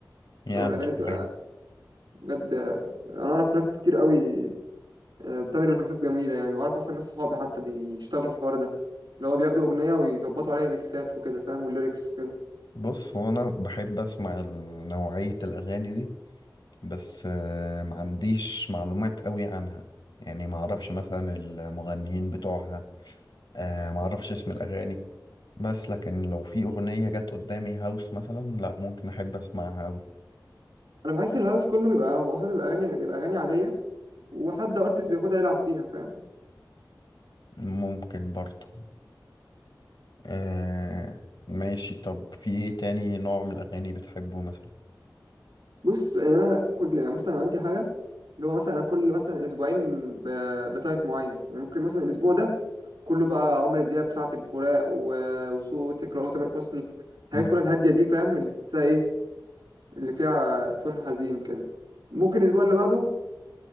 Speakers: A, on the left; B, on the right.
A: يعني
B: لو الاغاني
A: شوية
B: بتبقى بجد آه، انا اعرف ناس كتير قوي آه، بتعمل ريمكسات جميله يعني واعرف اصلا ناس صحابي حتى بيشتغلوا في الحوار ده اللي هو بياخدوا اغنيه ويظبطوا عليها ريمكسات وكده فاهم والليركس وكده
A: بص هو أنا بحب أسمع ال- نوعية الأغاني دي بس آه، ما عنديش معلومات قوي عنها يعني ما اعرفش مثلا المغنيين بتوعها آه، ما اعرفش اسم الاغاني بس لكن لو في اغنية جت قدامي هاوس مثلا لا ممكن احب اسمعها قوي
B: انا بحس الهاوس كله بيبقى هو اصلا بيبقى اغاني بيبقى اغاني عاديه وحد ارتست بياخدها يلعب فيها فاهم
A: ممكن برضو آه، ماشي طب في ايه تاني نوع من الاغاني بتحبه مثلا
B: بص يعني انا كل يعني مثلا عندي حاجه اللي هو مثلا انا كل مثلا اسبوعين ب- بتايب معين يعني ممكن مثلا الاسبوع ده كله بقى عمرو دياب ساعة الفراق و- وسوء تكرار تامر حسني الحاجات
A: مم،
B: كلها الهاديه دي فاهم اللي تحسها ايه اللي فيها تون حزين كده ممكن الاسبوع اللي بعده